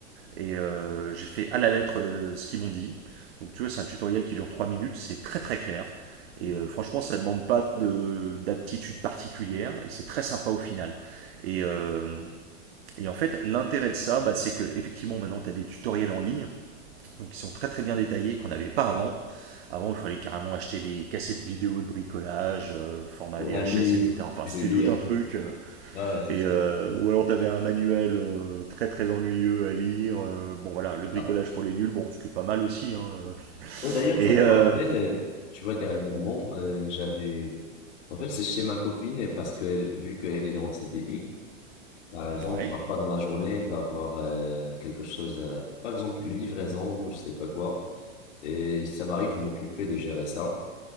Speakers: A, on the right; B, on the left.
A: Et euh, j'ai fait à la lettre euh, ce qu'ils m'ont dit. Donc tu vois, c'est un tutoriel qui dure 3 minutes, c'est très très clair.
B: Mhm.
A: Et euh, franchement, ça ne demande pas de- d'aptitude particulière et c'est très sympa au final. Et, euh, et en fait, l'intérêt de ça, bah, c'est que effectivement maintenant, tu as des tutoriels en ligne donc, qui sont très très bien détaillés, qu'on n'avait pas avant. Avant, il fallait carrément acheter des cassettes vidéo de bricolage, euh, format
B: Ou
A: VHS,
B: un livre,
A: etc. Enfin,
B: je
A: c'était
B: veux dire.
A: tout un truc. euh,
B: Ah, ouais, c'est
A: et, euh, ou alors t'avais un manuel euh, très très ennuyeux à lire. euh, bon voilà, le
B: ça.
A: bricolage pour les nuls, bon, ce qui est pas mal aussi. hein, euh.
B: Oh, d'ailleurs,
A: Et
B: ça me
A: euh,
B: rappelle, euh, tu vois, dernièrement, euh, j'avais... En fait, c'est chez ma copine, et parce que elle- vu qu'elle est en C D I par exemple,
A: ouais.
B: parfois dans la journée, elle va voir euh, quelque chose, euh, par exemple, une livraison ou je sais pas quoi, et ça m'arrive de m'occuper de gérer ça.